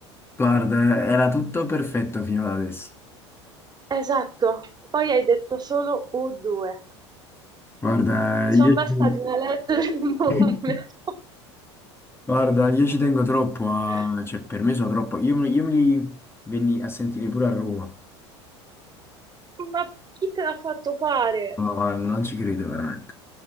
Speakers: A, on the left (about 15°); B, on the right (about 25°).
A: Guarda, era tutto perfetto fino ad adesso.
B: Esatto, poi hai detto solo U2.
A: Guarda,
B: Mi
A: io
B: sono bastati
A: ci tengo,
B: una lettera e un numero.
A: <laughs> guarda, io ci tengo troppo a...
B: <laughs>
A: cioè per me sono troppo... Io, me- io me li venni a sentire pure a Roma.
B: Ma chi te l'ha fatto fare?
A: No, ma non ci credo veramente.